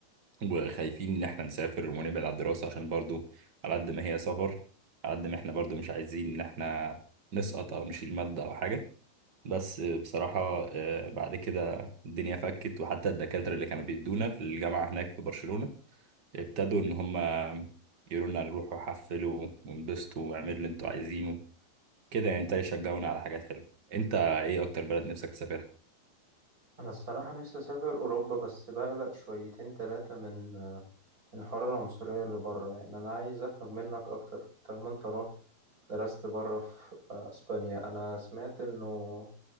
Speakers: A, on the right (about 85°); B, on the right (about 20°).
A: وخايفين ان احنا نسافر ونبعد عن الدراسة عشان برضو على قد ما هي سفر على قد ما احنا برضو مش عايزين ان احنا نسقط او نشيل مادة او حاجة بس بصراحة آه، بعد كده الدنيا فكت وحتى الدكاترة اللي كانوا بيدونا في الجامعة هناك في برشلونة ابتدوا إن هم يقولوا لنا نروحوا حفلوا وانبسطوا واعملوا اللي انتوا عايزينه كده يعني ابتدوا يشجعونا على حاجات حلوة انت ايه أكتر بلد نفسك تسافرها؟
B: انا الصراحه نفسي اسافر اوروبا بس بقلق شويتين ثلاثه من آه، من حوار العنصريه اللي بره يعني انا عايز افهم منك اكتر طالما انت رحت درست بره في آه، اسبانيا انا سمعت انه